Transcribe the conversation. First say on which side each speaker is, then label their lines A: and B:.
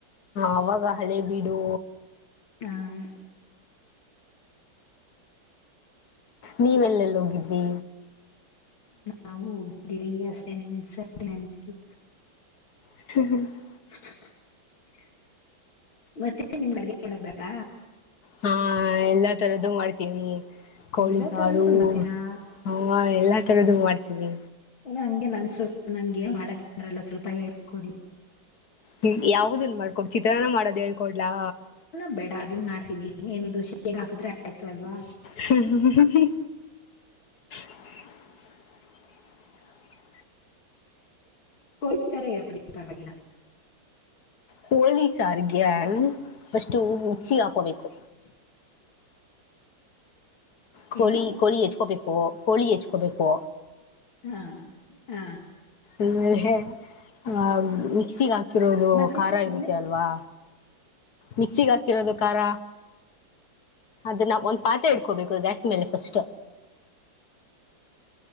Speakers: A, on the left; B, on the left.
A: ಆವಾಗ ಹಳೆ ಬಿಡು.
B: ಆ-
A: ನೀವೆ ಎಲ್ಲೆಲ್ಲಿ ಹೋಗಿದ್ರಿ.
B: ನಾವು ಹೋಗಿದ್ದಿವವಿ ಅಷ್ಟೆ ಎನ್ಸ ಅಂತ.
A: <unintelligible>
B: <inaudible> ಮತ್ತೆ ನಿಮ್ ಅಡುಗೆ ಮಾಡಕೆ ಬರುತ್ತಾ.
A: ಹಾ ಎಲ್ಲಾ ತರದ್ದು ಮಾಡ್ತೀವಿ ಕೋಳಿ
B: ಎಲ್ಲಾ
A: ಸಾರು.
B: ತರನು ಮಾಡ್ತೀರಾ?
A: ಹಾ ಎಲ್ಲಾ ತರದ ಮಾಡ್ತೀವಿ.
B: ಇಲ್ಲ ಹಂಗೆ ನಂಗ್ ಸ್ವಲ್ಪ ನಂಗೆ ಏನ್ ಮಾಡಕ್್ರಲ್ಲ ಸ್ವಲ್ಪ ಹೇಳಕೊಡಿ.
A: ್ಮ ಯಾವ್ದನ್ ಮಾಡ್ಕೊು ಚಿತ್ರಾನ್ನ ಮಾಡೋದು್ ಹೇಳ್ಕೊಡ್ಲಾ.
B: ನ ಬೇಡ ಅದನ್ ಮಾಡ್ತೀನಿ ಏನನು ದೋಷೆ ಹೇಗ್ ಹಾಕಿದ್ರೆ ಆಯ್ತು ಅಲ್ವಾ.
A: ಹ್ಮ- ಅ-
B: ಕೋಚರ ಹೇಳ್ಕಡಿ ಪರವಾಗಿಲ್ಲ.
A: ಹೋಳಿ ಸಾರ್ಿಗೆ ಷ್ಟು ಮಿಚ್ಚಿ ಹಾಕೋಬೇಕು.
B: <unintelligible>
A: ಕೋಳಿ
B: ಏನು?
A: ಕೋಳಿ ಹೆಚ್ಕೋಬೇಕು ಕೋಳಿ ಹೆಚ್ಕೋಬೇಕು.
B: ಹಾ ಹಾ
A: ಆಮೇಲೆ ಆಹ ಮಿಕ್ಸಿಗ ಹಾಕಿರೋದು
B: ಮತ್ತೆ
A: ಖಾರ ಇರುತ್ತೆ
B: ಮುಂದೆ?
A: ಅಲ್ವಾ? ಮಿಕ್ಸಿಗ ಹಾಕಿರೋದು ಖಾರ. ಅದನ್ನ ಒಂದ ಪಾತ್ರೆ ಇಟ್ಕೋಬೇಕು ಗ್ಯಾಸ್ ಮೇಲೆ ಫಸ್ಟ್.